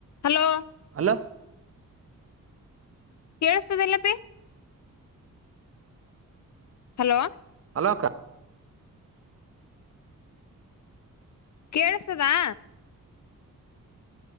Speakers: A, on the left (about 55°); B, on the right (about 45°).
A: Hello
B: hello
A: ಕೇಳಿಸ್ತದಿಲ್ಲಪ್ಪಿ. Hello
B: hello ಅಕ.
A: ಕೇೇಳಸ್ತದಾ?